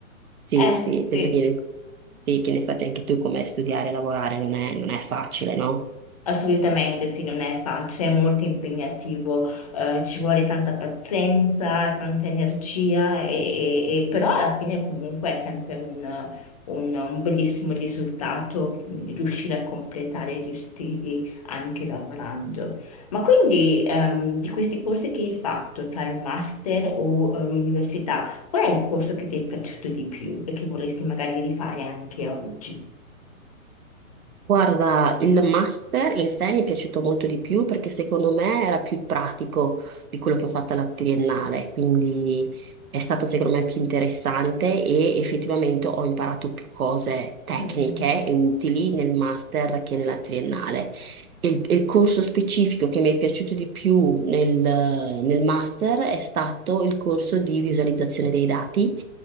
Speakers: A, on the right (about 80°); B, on the left (about 25°).
A: Sì,
B: Eh
A: sì,
B: sì,
A: penso che ne, sì, che ne sappia anche tu come studiare e lavorare non è, non è facile, no?
B: Assolutamente, sì, non è facile, è molto impegnativo, eh, ci vuole tanta pazienza, tanta energia, e- e- e- però alla fine comunque è sempre un, un- un bellissimo risultato mm, riuscire a completare gli stili anche lavorando. Ma quindi ehm, di questi corsi che hai fatto tra il master o eh, l'università, qual è il corso che ti è piaciuto di più e che vorresti magari rifare anche oggi?
A: Guarda, il master in sé mi è piaciuto molto di più perché secondo me era più pratico di quello che ho fatto alla triennale, quindi è stato secondo me più interessante e effettivamente ho imparato più cose tecniche
B: Mm,
A: e utili nel master che nella triennale. Il, il corso specifico che mi è piaciuto di più nel, nel master è stato il corso di visualizzazione dei dati,